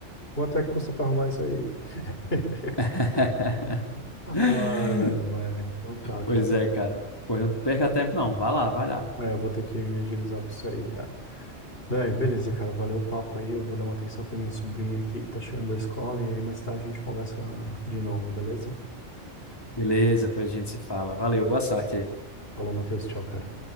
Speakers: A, on the left; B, on the left.
A: quanto é que custa pra arrumar isso aí? <laughs>
B: <laughs>
A: Ai, velho, mas então tá, cara.
B: Pois é, cara. Pois não perca tempo, não. Vai lá, vai lá.
A: É, eu vou ter que me agilizar pra isso aí, cara. Véi, beleza, cara. Valeu o papo aí. Eu vou dar uma atenção pra minha sobrinha aqui que tá chegando da escola. E aí mais tarde a gente conversa de novo, beleza?
B: Beleza, pois a gente se fala. Valeu, boa sorte aí.
A: Falou, Matheus. Tchau, cara.